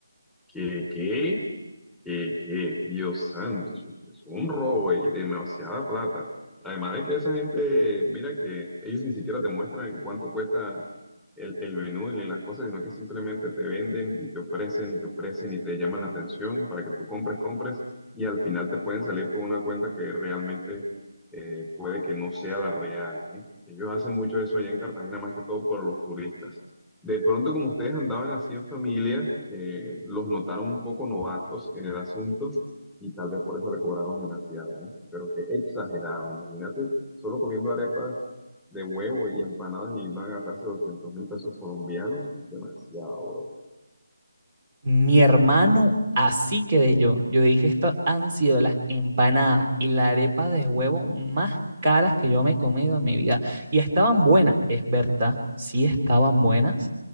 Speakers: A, in the centre; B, on the right.
A: ¿Qué, qué? Que, que, Dios santo, eso es un robo y demasiada plata. Además de que esa gente, mira que ellos ni siquiera te muestran en cuánto cuesta el, el menú y las cosas, sino que simplemente te venden y te ofrecen y te ofrecen y te llaman la atención para que tú compres, compres y al final te pueden salir con una cuenta que realmente eh, puede que no sea la real, ¿eh? Ellos hacen mucho eso allá en Cartagena, más que todo por los turistas. De pronto, como ustedes andaban así en familia, eh, los notaron un poco novatos en el asunto y tal vez por eso le cobraron demasiado, ¿eh? Pero qué exagerado, imagínate, solo comiendo arepas de huevo y empanadas y van a gastarse doscientos mil pesos colombianos, es demasiado, bro.
B: Mi hermano, así quedé yo. Yo dije, estas han sido las empanadas y la arepa de huevo más caras que yo me he comido en mi vida. Y estaban buenas, es verdad, sí estaban buenas,